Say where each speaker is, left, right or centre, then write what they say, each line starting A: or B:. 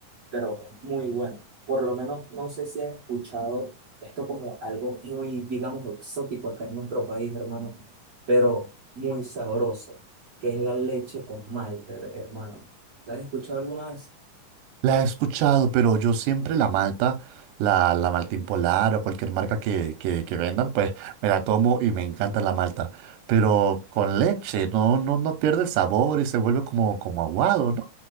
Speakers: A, on the right; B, on the right.
A: pero muy bueno. Por lo menos no sé si has escuchado esto como algo muy, digamos, exótico acá en nuestro país, hermano, pero muy sabroso, que es la leche con malte, hermano. ¿La has escuchado alguna vez?
B: La he escuchado, pero yo siempre la malta, la, la Maltín Polar o cualquier marca que, que, que vendan, pues me la tomo y me encanta la malta. Pero con leche, no, no, no pierde el sabor y se vuelve como, como aguado, ¿no?